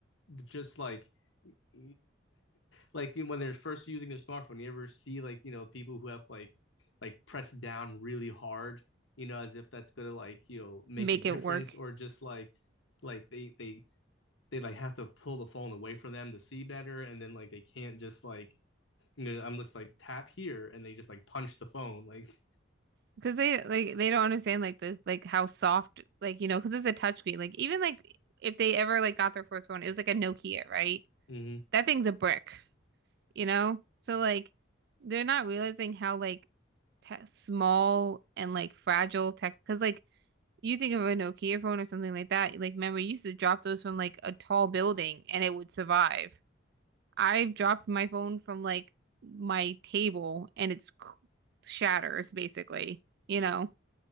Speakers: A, on the left; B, on the right.
A: just like <laughs> like when they're first using their smartphone you ever see like you know people who have like like pressed down really hard you know as if that's gonna like you know make
B: Make
A: a difference
B: it work.
A: or just like like they they they like have to pull the phone away from them to see better, and then like they can't just like you know I'm just like tap here, and they just like punch the phone like
B: Because they like they don't understand like the like how soft like you know because it's a touchscreen like even like if they ever like got their first one it was like a Nokia right
A: <laughs> mm-hmm
B: that thing's a brick you know so like they're not realizing how like te small and like fragile tech because like you think of a Nokia phone or something like that like remember you used to drop those from like a tall building and it would survive I've dropped my phone from like my table and it's cr- shatters basically you know